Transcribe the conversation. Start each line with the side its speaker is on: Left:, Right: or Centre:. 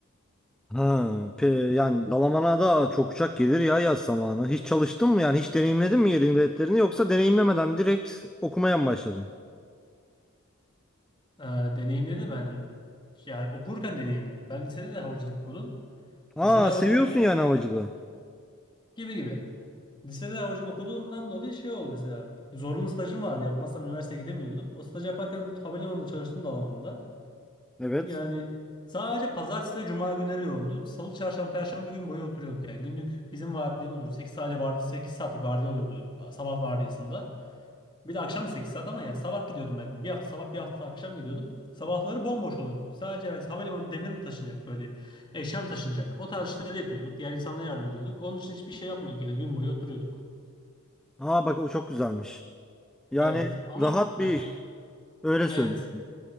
Centre: Ha, pe, yani Dalaman'a da çok uçak gelir ya yaz zamanı. Hiç çalıştın mı yani hiç deneyimledin mi yerin biletlerini yoksa deneyimlemeden direkt okumaya mı başladın?
Left: Ee, deneyimledim ben. Yani okurken deneyimledim. Ben lisede de havacılık okudum.
Centre: Aa
Left: Lisede havacılık
Centre: seviyorsun
Left: okuduğum
Centre: yani
Left: için
Centre: havacılığı.
Left: gibi gibi. Lisede havacılık okuduğumdan dolayı şey oldu mesela. Zorunlu stajım vardı. Yapmazsam üniversiteye gidemiyordum. O stajı yaparken havalimanında çalıştım Dalaman'da.
Centre: Evet.
Left: Yani sadece pazartesi ve cuma günleri yoğundu. Salı, çarşamba, perşembe gün boyu oturuyorduk. Yani günlük bizim vardiyamız oluyor. 8 saat vardı, 8 saatlik vardiya oluyordu sabah vardiyasında. Bir de akşam da sekiz saat ama yani sabah gidiyordum ben. Bir hafta sabah bir hafta akşam gidiyordum. Sabahları bomboş oluyordu. Sadece yani havalimanı demir mi taşınacak böyle eşya mı taşınacak. O tarz işleri yapıyorduk. Diğer insanlara yardım ediyorduk. Onun için hiçbir şey yapmıyorduk yani gün boyu oturuyorduk.
Centre: Aa bak o çok güzelmiş. Yani
Left: Evet ama
Centre: rahat
Left: he,
Centre: bir iş. Öyle
Left: evet
Centre: söylüyorsun.